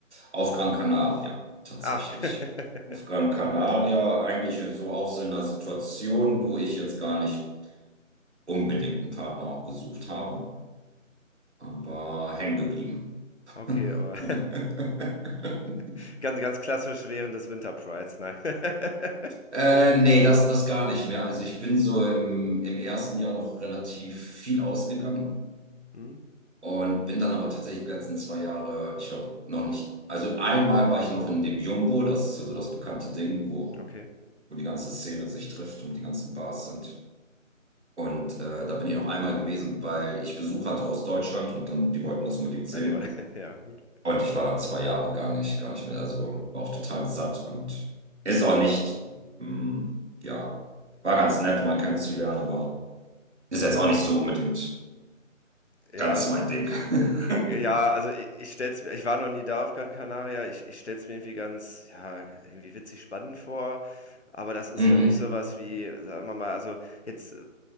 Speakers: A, on the right; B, on the left.
A: Auf Gran Canaria, tatsächlich.
B: Ach, <laughs>
A: Auf Gran Canaria
B: klasse.
A: eigentlich so auch so in einer Situation, wo ich jetzt gar nicht unbedingt einen Partner auch gesucht habe, aber hängen geblieben.
B: Okay,
A: <laughs>
B: aber <laughs> ganz, ganz klassisch während des Winter Prides, nein. <laughs>
A: Äh, nee, das, das gar nicht mehr. Also ich bin so im, im ersten Jahr noch relativ viel ausgegangen
B: Hm,
A: und bin dann aber tatsächlich die letzten zwei Jahre, ich glaube, noch nicht. Also einmal war ich noch in dem Jumbo, das ist ja so das bekannte Ding, wo,
B: okay.
A: wo die ganze Szene sich trifft und die ganzen Bars sind. Und äh, da bin ich noch einmal gewesen, weil ich Besuch hatte aus Deutschland und dann, die wollten das unbedingt sehen.
B: Ja, die war, <laughs> ja, gut.
A: Und ich war dann zwei Jahre gar nicht, gar nicht mehr. Also war auch total satt und ist auch nicht, mm, ja, war ganz nett, mal kennenzulernen, aber ist jetzt auch nicht so unbedingt
B: Ja,
A: ganz mein Ding. <laughs>
B: Äh, Ja, also ich, ich stell's mir, ich war noch nie da auf Gran Canaria, ich, ich stell's mir irgendwie ganz, ja, irgendwie witzig spannend vor. Aber das ist
A: Mhm.
B: für mich sowas wie, sagen wir mal, also jetzt äh,